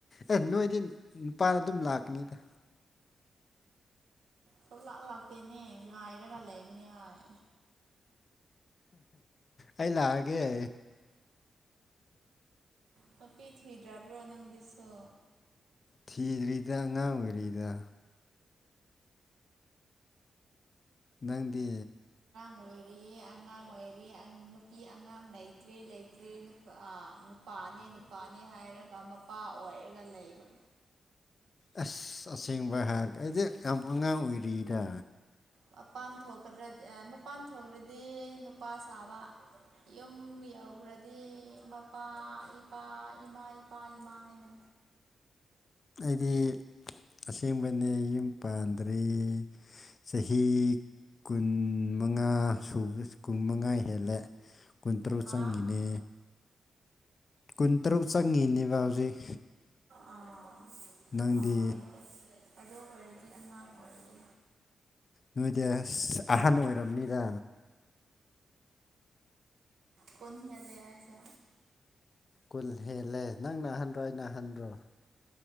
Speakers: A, on the left (about 30°); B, on the right (about 85°).
A: ꯑꯦ ꯅꯣꯏꯗꯤ ꯅꯨꯄꯥꯅ ꯑꯗꯨꯝ ꯂꯥꯛꯀꯅꯤ ꯗ
B: ꯁꯨꯡ ꯂꯥꯛ ꯂꯥꯛꯇꯦꯅꯦ ꯉꯥꯏꯔꯒ ꯂꯩꯕꯅꯦ ꯍꯥꯏ
A: ꯑꯩ ꯂꯥꯛꯑꯒꯦ
B: ꯅꯨꯄꯤ ꯊꯤꯗ꯭ꯔꯕ꯭ꯔꯣ ꯅꯪꯗꯤꯁꯨ
A: ꯊꯤꯗ꯭ꯔꯤꯗ ꯑꯉꯥꯡ ꯑꯣꯏꯔꯤꯗ ꯅꯪꯗꯤ
B: ꯑꯣꯏꯔꯤ ꯑꯉꯥꯡ ꯑꯣꯏꯔꯤ ꯅꯪ ꯅꯨꯄꯤ ꯑꯉꯥꯡ ꯂꯩꯇ꯭ꯔꯦ ꯂꯩꯇ꯭ꯔꯦ ꯅꯨꯄꯥꯅꯦ ꯅꯨꯄꯥꯅꯦ ꯍꯥꯏꯔꯒ ꯄꯥ ꯑꯣꯏꯔꯒ ꯂꯩꯕ
A: ꯑꯁ ꯑꯁꯦꯡꯕ ꯍꯥꯏꯔꯒ ꯑꯩꯗꯤ ꯌꯥꯝ ꯑꯉꯥꯡ ꯑꯣꯏꯔꯤꯗ
B: ꯃꯄꯥꯟ ꯊꯣꯛꯈ꯭ꯔꯗꯤ ꯑꯥ ꯃꯄꯥꯟ ꯊꯣꯛꯈ꯭ꯔꯗꯤ ꯅꯨꯄꯥ ꯁꯥꯕ ꯌꯨꯝ ꯌꯥꯎꯒꯔꯗꯤ ꯏꯃꯄꯥ ꯏꯄꯥ ꯏꯃꯥ ꯏꯄꯥ ꯏꯃꯥ ꯍꯥꯏꯅ
A: ꯑꯩꯗꯤ ꯑꯁꯦꯡꯕꯅꯦ ꯌꯨꯝ ꯄꯥꯟꯗ꯭ꯔꯤ ꯆꯍꯤ ꯀꯨꯟ ꯃꯉꯥ ꯁꯨꯕ ꯀꯨꯟ ꯃꯉꯥ ꯍꯦꯜꯂꯦ ꯀꯨꯟꯇꯔꯨꯛ
B: ꯍꯥ
A: ꯆꯪꯉꯤꯅꯦ ꯀꯨꯟꯇꯔꯨꯛ ꯆꯪꯉꯤꯅꯦꯕ ꯍꯧꯖꯤꯛ
B: ꯑꯥ
A: ꯅꯪꯗꯤ
B: ꯑꯥ ꯑꯗꯣ ꯑꯗꯨ ꯑꯣꯏꯔꯗꯤ ꯑꯉꯥꯡ ꯑꯣꯏꯔꯤ
A: ꯅꯣꯏꯗꯤ ꯑꯁ ꯑꯍꯟ ꯑꯣꯏꯔꯝꯅꯤꯗ
B: ꯀꯟ ꯍꯦꯜꯂꯦ ꯍꯥꯏꯗꯣ
A: ꯀꯨꯜ ꯍꯦꯜꯂꯦ ꯅꯪꯅ ꯑꯍꯟꯗ꯭ꯔꯣ ꯑꯩꯅꯥ ꯍꯟꯗ꯭ꯔꯣ